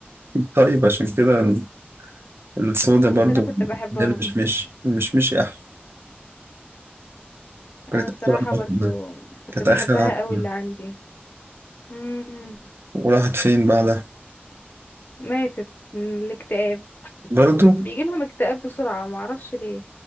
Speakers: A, on the right (about 80°); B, on the left (about 50°).
A: طيب عشان كده ال- السودا
B: <laughs>
A: برضو
B: بس أنا كنت بحبهم
A: ده المشمش المشمشي احلى كانت
B: انا بصراحة
A: اخر عن-
B: برضو كنت
A: كانت
B: بحبها
A: اخر عن-
B: قوي اللي عندي مم.
A: وراحت فين بعدها
B: ماتت من الاكتئاب
A: برضو
B: بيجي لهم اكتئاب بسرعة معرفش ليه